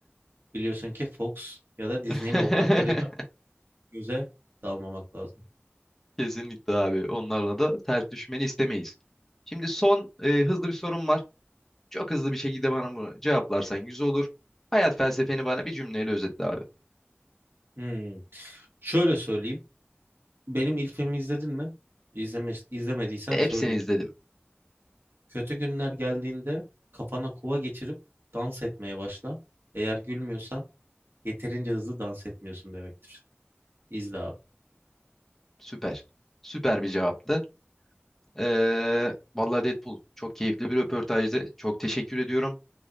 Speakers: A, on the right (about 60°); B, in the centre.
A: biliyorsun ki Fox ya da Disney'in
B: <laughs>
A: avukatlarıyla göze dalmamak lazım.
B: Kesinlikle abi. Onlarla da ters düşmeni istemeyiz. Şimdi son e, hızlı bir sorum var. Çok hızlı bir şekilde bana bunu cevaplarsan yüz olur. Hayat felsefeni bana bir cümleyle özetle abi.
A: Hmm. Şöyle söyleyeyim. Benim ilk filmi izledin mi? İzleme, izlemediysen
B: E,
A: söyleyeyim.
B: hepsini izledim.
A: Kötü günler geldiğinde kafana kova geçirip dans etmeye başla. Eğer gülmüyorsa yeterince hızlı dans etmiyorsun demektir. İzle abi.
B: Süper. Süper bir cevaptı. Ee, vallahi Deadpool çok keyifli bir röportajdı. Çok teşekkür ediyorum.